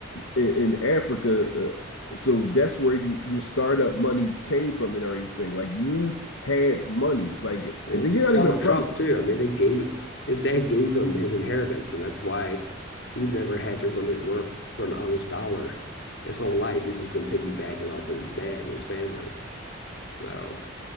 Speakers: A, on the left; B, on the left.
A: in, in Africa, uh, so that's where you, your startup money came from and everything. Like you had money, like,
B: Well,
A: and then you're not
B: Donald
A: even from
B: Trump too. I mean, they gave his dad gave him his inheritance, and that's why he's never had to really work for an honest dollar his whole life. He's just been piggybacking off of his dad and his family. So,